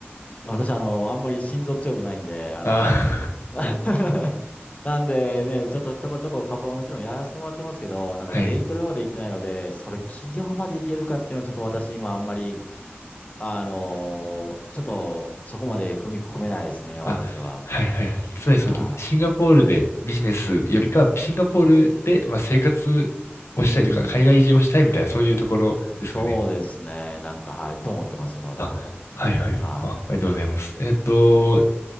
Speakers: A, on the left (about 35°); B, on the left (about 85°).
A: 私、あの、あんまり心臓強くないんで、あの、
B: あ
A: <laughs> なんでね、ちょっとちょこちょこ株はもちろんやらせてもらってますけど、なんかデイトレまで行ってないので、
B: あ、<laughs> はい。
A: それ企業まで行けるかっていうのはちょっと私今あんまり、あのーちょっとそこまで踏み込めないですね、私は。
B: あ、はいはい。つまりその、
A: は
B: シンガポールでビジネスよりかは、シンガポールで、まあ、生活をしたいとか、
A: い。うん。
B: 海外移住をしたいみたいな、そういうところですかね。
A: そうですね。なんか、はい。と思ってます、今のところ。
B: あ、はいはい。
A: は
B: あ、ありがとうございます。えっと、